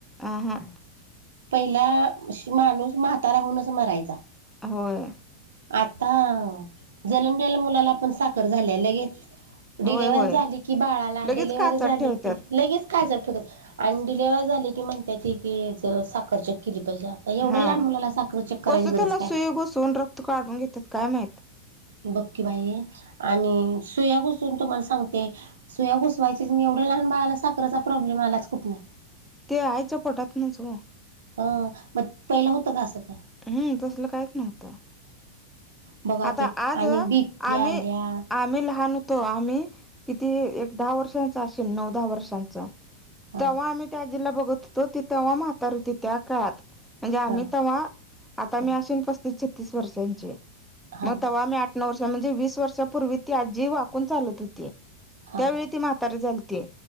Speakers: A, in the centre; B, on the right.
A: आ हा,
B: पहिला माणूस म्हातारा हूनच मरायचा.
A: होय.
B: आता अ जन्मलेल्या मुलाला पण साखर झाल्या लगेच.
A: होय
B: डिलेवरी
A: होय
B: झाली की बाळाला
A: लगेच
B: डिलवरी
A: काचात
B: झाली
A: ठेवतात
B: की लगेच. काय झालतं ग आणि डिलेवर झाली की म्हणत्यात ती की ज साखर चेक केली पाहिजे. तर एवढ्या
A: हा
B: लहान मुलाला साखर चेक करायची
A: कसं त्याला
B: गरज
A: सुई
B: काय.
A: घुसवून रक''--'' क्त काढून घेतात काय माहीत.
B: बकी बाई आणि सुया घुसून तुम्हाला सांगते. सुया घुसवायच्या एवढ्या लहान बाळाला साखरेचा प्रॉब्लेम आलाच कुठन.
A: त्यो आईच्यां पोटातनच ओ.
B: अ मग पहिला होतं का असं काय.
A: हम्म तसल काहीच नव्हतं.
B: बघा
A: आता
B: की
A: आज
B: आणि बीपी
A: आम्ही
B: आल्या
A: आम्ही लहान हो''--'' तो आम्ही किती एक दहा वर्षांचा असल नऊ दहा वर्षांच तेव्हा
B: हा
A: आम्ही. त्या अजीला बघत होतो ते तेव्हा म्हातारी होती त्या काळात म्हणजे आम्ही
B: हा
A: तेव्हा. आता
B: हा
A: मी असीन पस्तीस छत्तीस वर्षांची
B: हा
A: मग तेव्हा मी आठ. नऊ वर्ष म्हणजे वीस वर्षापूर्वी ती आजी वाकून चालत होती
B: हा
A: त्यावेळी ती म्हातारी झालती.